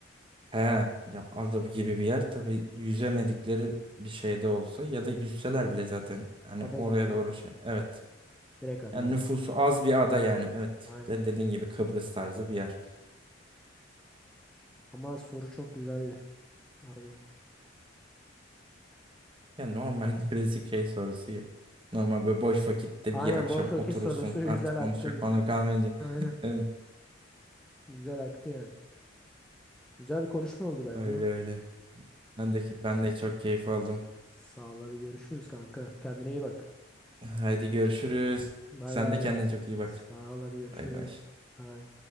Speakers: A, on the right; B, in the centre.
A: He, ya Aldab gibi bir yer tabii yüzemedikleri bir şeyde olsa ya da yüzseler bile zaten hani
B: Ada
A: oraya
B: gibi değil
A: doğru
B: mi?
A: şey. Evet.
B: Direkt ada
A: Yani
B: ya.
A: nüfusu az bir ada yani. Evet.
B: Aynen.
A: Yani dediğin gibi Kıbrıs tarzı bir yer.
B: Ama soru çok güzeldi. Harbi.
A: Yani normal <laughs> klasik şey sorusu ya. Normal böyle boş vakitte
B: Aynen
A: bir akşam
B: boş vakit
A: oturursun
B: sorusu <laughs>
A: artık
B: güzel
A: konuşacak
B: aktı gitti.
A: bana kalmayınca.
B: Aynen.
A: <laughs> Evet,
B: Güzel aktı yani. Güzel bir konuşma oldu bence.
A: öyle öyle. Ben de ben de çok keyif aldım.
B: Sağ ol hadi görüşürüz kanka. Kendine iyi bak.
A: Haydi görüşürüz.
B: Bay
A: Sen
B: bay.
A: de kendine çok iyi bak.
B: Sağ ol hadi görüşürüz.
A: Bay bay.
B: Bay.